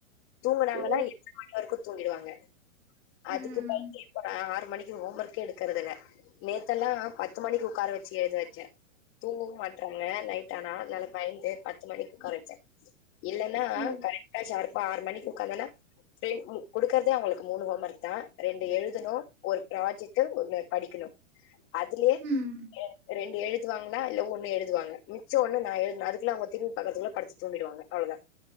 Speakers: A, on the left (about 35°); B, on the right (about 45°).
A: தூங்கனாங்கனா
B: ஓ
A: எட்டு மணி வரைக்கு தூங்கிடுவாங்க
B: ம்
A: அதுக்கு பயந்து இப்ப நா ஆறு மணிக் கு ஹோமர்க்கே எடுக்கறதுல்ல நேத்தல்லா பத்து மணிக்கு உட்கார வச்சு எழுதி வச்ச தூங்கவு மாட்றாங்க நைட்டானா நால பயந்து பத்து மணிக்கு உக்கார வச்ச இலன்னா
B: ஓ
A: கரெக்டா ஷார்ப்பா ஆறு மணிக் உக்காந்தனா <unintelligible> குடுக்கறதே அவங்களுக்கு மூணு ஹோமர்க் தா ரெண்டு எழுதணு ஒரு ப்ராஜெக்ட்டு ஒன்னு படிக்கணும் அதுலேயே
B: ம்
A: ரெண் ரெண்டு எழு த்துவாங்லா இல்ல ஒன்னு எழுதுவங்க மிச்ச ஒன்னு நா எழுதுனு அது அவுங் திரும்பி பாக்கறந்துகுள்ள படுத்து துங்கிடுவாங்க அவ்ளோதா